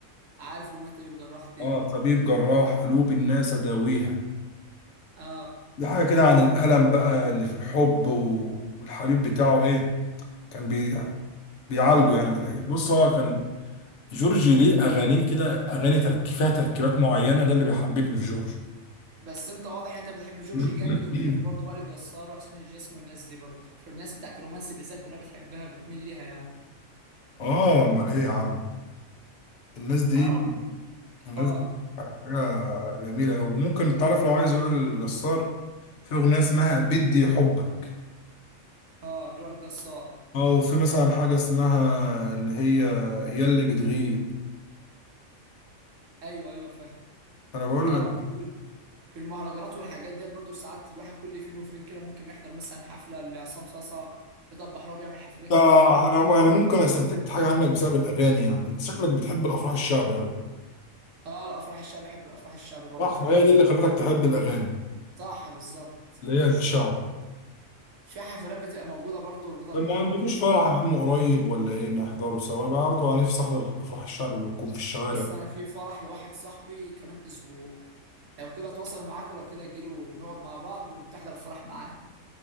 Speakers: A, on the right; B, on the left.
A: عارف اغنيه طبيب جراح دي
B: اه طبيب جراح قلوب الناس اداويها
A: اه
B: دي حاجه كده عن الالم بقى اللي في الحب والحبيب بتاعه ايه كان بي يعني بيعالجوا يعني من الاجانب بص هو كان جورج ليه اغانيه كده اغاني ترك فيها تركيبات معينه ده اللي بيحببني في جورج
A: بس انت واضح ان انت بتحب جورجي
B: <coughs>
A: جامد وبتحب برضه
B: <laughs>
A: وائل جسار وحسين الجسمي والناس دي برضه فالناس بتاعت الرومانسي بالذات كلها بتحبها بتميل ليها يعني
B: اه امال ايه يا عم الناس دي
A: انا برضه
B: الناس
A: اه
B: دي حاجه جميله أوي. وممكن تعرف لو عايز يقول الجسار في اغنيه اسمها بدي حبك
A: اه وائل جسار
B: اه وفي مثلا حاجه اسمها اللي هي ياللي بتغيب
A: ايوه ايوه فاهم
B: انا بقول
A: انا
B: لك
A: برضه في في المهرجانات والحاجات ديت برضه ساعات الواحد كل فين وفين كده ممكن يحضر مثلا حفله لعصام صاصا رضا البحراوي بيعمل حفلات
B: ده
A: كتير قوي
B: انا انا ممكن استنتجت حاجه عنك بسبب الاغاني يعني انت شكلك بتحب الافراح الشعبي قوي
A: اه الافراح الشعبي بحب الافراح الشعبي برضه
B: صح
A: فعلا
B: ما هي دي اللي خلتك تحب الاغاني
A: صح بالظبط
B: اللي هي الشعب
A: في حفلات بتبقى موجوده برضه لرضا
B: طب
A: البحراوي
B: ما عندكوش
A: كده كتير
B: فرح يا عم قريب ولا ايه نحضره سوا انا برضه على نفسي احضر افراح الشعب اللي بتكون في الشوارع
A: بص انا في فرح لواحد صاحبي كمان اسبوع لو كده اتواصل معاك ولو كده تجيلي ونقعد مع بعض وتحضر الفرح معايا